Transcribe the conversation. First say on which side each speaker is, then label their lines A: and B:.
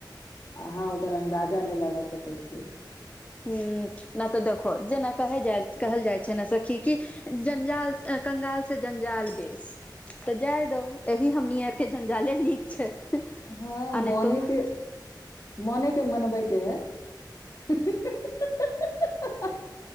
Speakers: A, on the left; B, on the left.
A: अहाँ ओकर अन्दाजा नहि लगा सकै छी।।
B: ह नहि तऽ देखो जेना कह जा कहल जाइ छै ने सखी कि जञ्जाल कगाल से जञ्जाल बेस। त जाय दौ एहि हमनी आर के जंजाले नीक छै।
A: ह
B: आ नहि
A: बने
B: तो आ
A: के मने के मनबेके है। हाहाहा <unintelligible>